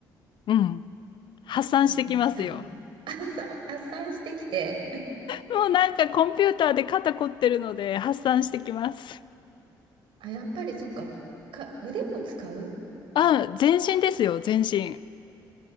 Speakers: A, on the left; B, on the right.
A: うん。発散してきますよ。
B: 何、明日も <laughs> 朝、朝してきて。
A: もうなんかコンピューターで肩凝ってるので発散してきます。
B: あ、やっぱりそっか。か、腕も使う
A: あ、全身ですよ、全身。